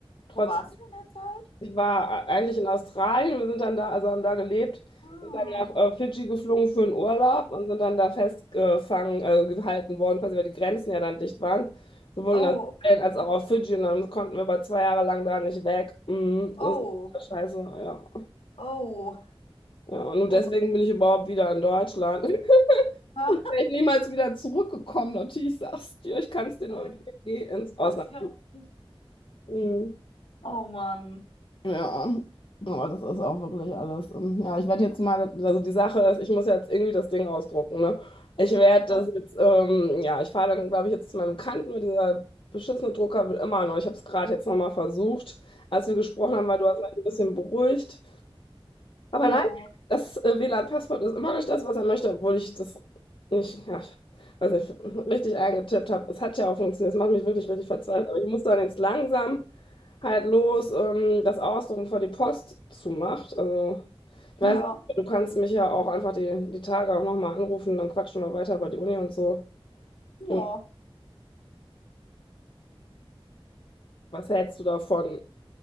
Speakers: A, on the left (about 60°); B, on the left (about 80°).
A: trotzdem,
B: Wo warst du in der Zeit?
A: ich war eigentlich in Australien. Wir sind dann da, also haben da gelebt,
B: Ah.
A: sind dann nach äh, Fidschi geflogen für einen Urlaub und sind dann da festgefangen, äh, gehalten worden, quasi weil die Grenzen ja dann dicht waren, sowohl
B: Oh,
A: in Australien als auch auf Fidschi. Und dann konnten wir aber zwei Jahre lang da nicht weg. Mhm,
B: oh,
A: das ist ja scheiße, ja.
B: oh,
A: Ja, und nur deswegen
B: oh.
A: bin ich überhaupt wieder in Deutschland. <laughs>
B: <laughs>
A: Und wäre ich niemals wieder zurückgekommen. Natürlich sagst du, ich kann es dir nur
B: Oh,
A: empfehlen, geh ins Ausland.
B: Das ist ja auch nicht.
A: Mhm.
B: Oh Mann.
A: Ja, aber das ist auch wirklich alles. ähm, Ja, ich werde jetzt mal, also die Sache ist, ich muss jetzt irgendwie das Ding ausdrucken, ne? Ich werde
B: Ja,
A: das jetzt, ähm, ja, ich fahre dann, glaube ich, jetzt zu meinem Bekannten, weil dieser beschissene Drucker will immer noch. Ich habe es gerade jetzt nochmal versucht, als wir gesprochen haben, weil du hast mich ein bisschen beruhigt. Aber
B: ja,
A: nein, das äh, WLAN-Passwort ist immer nicht das, was er möchte, obwohl ich das nicht, ja, ich weiß nicht, richtig eingetippt habe. Es hat ja auch funktioniert. Es macht mich wirklich richtig verzweifelt. Aber ich muss dann jetzt langsam halt los, ähm, das ausdrucken, bevor die Post zumacht. Also, ich
B: ja,
A: weiß nicht, du kannst mich ja auch einfach die, die Tage auch nochmal anrufen, dann quatschen wir weiter über die Uni und so.
B: Ja.
A: Hm, Was hältst du davon?